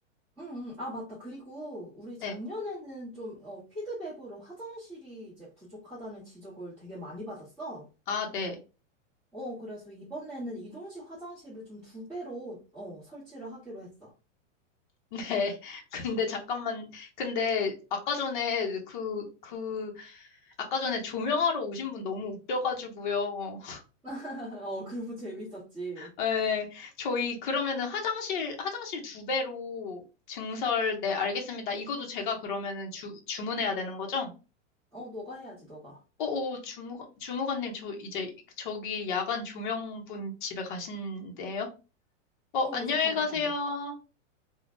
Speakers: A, in the centre; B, on the left (about 40°).
A: 응, 응, 아, 맞다. 그리고 우리 작년에는
B: 네.
A: 좀, 어, 피드백으로 화장실이 이제 부족하다는 지적을 되게 많이 받았어.
B: 아, 네.
A: 어, 그래서 이번에는 이동식 화장실을 좀 두 배로, 어, 설치를 하기로 했어.
B: <laughs> 네. 근데 잠깐만. 근데 아까 전에 그, 그, 아까 전에 조명하러 오신 분 너무 웃겨가지고요. <laughs>
A: <laughs> 어, 그고 재밌었지.
B: 네. 저희 그러면은 화장실, 화장실 두 배로 증설, 네, 알겠습니다. 이것도 제가 그러면은 주, 주문해야 되는 거죠?
A: 어, 너가 해야지, 너가.
B: 오오, 주무관, 주무관님, 저 이제 저기 야간 조명분 집에 가신대요? 어,
A: 어, 뭐
B: 안녕히
A: 이제 간대,
B: 가세요.
A: 간대.